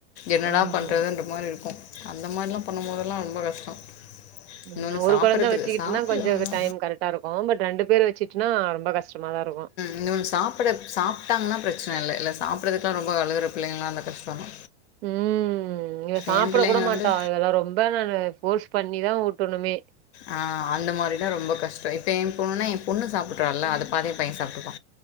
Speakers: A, on the left; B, on the right.
A: என்னடா
B: ஆமா.
A: பண்றதுன்ருக் அந்த மாரி இருக்கு அந்த மாரில்லா பண்ணும்போதெல்லா ரொம்ப கஷ்டோ
B: ம்
A: இன்னொன்னு
B: ஒரு
A: சாப்புட்றதுக்கு
B: கொழந்த வச்சுக்கிட்டுன்னா
A: சாப்புடுவாங்க
B: கொஞ்சொ க டைம் கரெக் டாருக்கு பட் ரெண்டு பேர் வச்சுட்டுன்னா ரொம்ப கஷ்டமாதா இருக்கு
A: இன்னோன் சாப்புட சாப்ட்டாங்கன்னா பிரச்சன இல்ல இல்ல சாப்புறதுக்குலா ரொம்ப அழுகுற பிள்ளைங்களா இருந்தா கஷ்டோந்தா
B: ம் இவ சாப்ட
A: ஏ பிள்ளைங்க
B: கூட மாட்டா
A: வந்து
B: இவெளா ரொம்ப நானு ஃபோர்ஸ் பண்ணிதா ஊட்டணுமே
A: ஆ அந்த மாரினா ரொம்ப கஷ்டொ இப்போ என் பொண்ணு எ பொண்ணு சாப்புடுறால அத பாதே எ பைய சாப்ட்டுக்வா